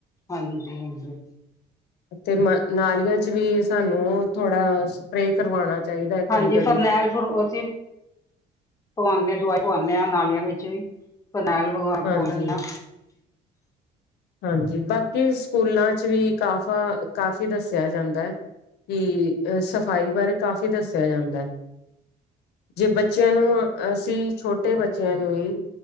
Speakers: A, on the left; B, on the left.
A: ਹਾਂਜੀ, ਹਾਂਜੀ।
B: ਤੇ ਮ ਨਾਲੀਆਂ ਚ ਵੀ ਸਾਨੂੰ ਔ ਥੋੜਾ ਸਪਰੇਅ ਕਰਵਾਣਾ ਚਾਹੀਦਾ ਹੈ ਕਦੀ
A: ਹਾਂਜੀ,
B: ਕਦੀ।
A: ਫਰਨੈਲ ਫੂਰ ਅਸੀਂ ਪਵਾਣੇ ਆਂ, ਦਵਾਈ ਪਵਾਣੇ ਆ ਨਾਲੀਆਂ ਵਿੱਚ ਵੀ। ਫਰਨੈਲ ਵਗੈਰਾ
B: ਹਾਂਜੀ
A: ਪੋਆ ਲੇਣੇ ਆ।
B: ਹਾਂਜੀ, ਬਾਕੀ ਸਕੂਲਾਂ ਚ ਵੀ ਕਾਫਾ ਕਾਫੀ ਦੱਸਿਆ ਜਾਂਦੈ। ਕਿ ਅ ਸਫ਼ਾਈ ਬਾਰੇ ਕਾਫ਼ੀ ਦੱਸਿਆ ਜਾਂਦੈ, ਜੇ ਬੱਚਿਆਂ ਨੂੰ ਆ ਅਸੀਂ ਛੋਟੇ ਬੱਚਿਆਂ ਨੂੰ ਈ